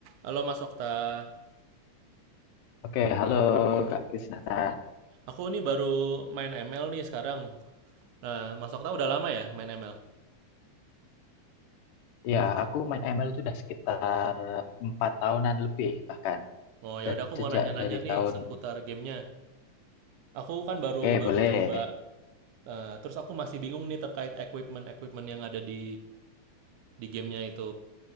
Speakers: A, on the right; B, on the left.
A: Halo Mas Okta,
B: Oke, halo Kak Krisnata.
A: aku nih baru main ML nih sekarang. Nah, Mas Okta udah lama ya main ML?
B: Ya, aku main ML itu udah sekitar empat tahunan lebih bahkan.
A: Oh ya
B: Dan
A: udah aku
B: sejak
A: mau nanya-nanya
B: dari
A: nih
B: tahun,
A: seputar gamenya. Aku kan baru
B: oke
A: baru
B: boleh.
A: coba, Eh, terus aku masih bingung nih terkait equipment equipment yang ada di di gamenya itu.